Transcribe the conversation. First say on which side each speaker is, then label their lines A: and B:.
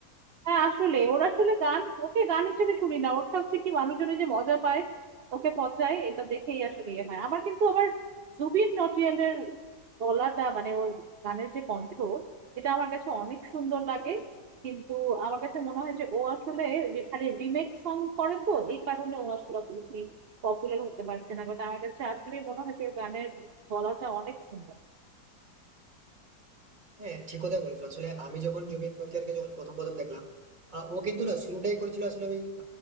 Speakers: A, on the right; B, on the right.
A: হ্যাঁ আসলে ওর আসলে গান ওকে গান হিসেবে শুনি না ওরটা হচ্ছে কি মানুষজনে যে মজা পায় ওকে পচায় এটা দেখেই আসলে ইয়ে হয় আমার কিন্তু আবার জুবিন নটিয়ালের গলাটা মানে ওর গানের যে কণ্ঠ এটা আমার কাছে অনেক সুন্দর লাগে কিন্তু আমার কাছে মনে হয় যে ও আসলে ওই যে খালি রিমেক সং করে তো এই কারণে ও আসলে অত বেশি পপুলার হতে পারছে না বাট আমার কাছে আসলে মনে হয় যে ওর গানের গলাটা অনেক সুন্দর
B: হ্যাঁ ঠিক কথাই বলেছো আসলে আমি যখন জুবিন নটিয়ালকে যখন প্রথম প্রথম দেখলাম আহ, ও কিন্তু না শুরুটাই করেছিল আসলে ওই